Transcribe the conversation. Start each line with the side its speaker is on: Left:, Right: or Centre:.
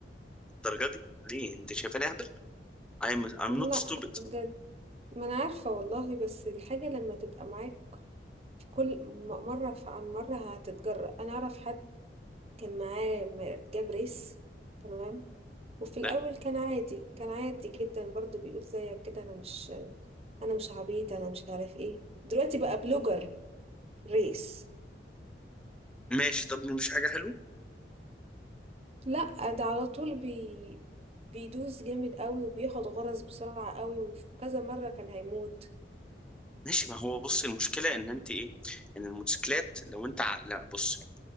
Centre: الدرجه دي ليه انت شايفاني اهبل I'm I'm
Right: لا
Centre: not stupid
Right: بجد ما أنا عارفة والله بس الحاجة لما تبقى معاك في كل م- مرة ف- عن مرة هتتجرأ أنا أعرف حد كان معاه م- جاب ريس تمام وفي الأول
Centre: لا.
Right: كان عادي كان عادي جدا برضو بيقول زيك كده أنا مش أنا مش عبيط أنا مش عارف إيه دلوقتي بقى بلوجر ريس
Centre: ماشي طب مش حاجه حلوه
Right: لأ ده على طول بي بيدوس جامد قوي وبياخد غرز بسرعة قوي وفي كذا مرة كان هيموت
Centre: ماشي ما هو بص المشكله ان انت ايه ان الموتوسيكلات لو انت ع... لا بص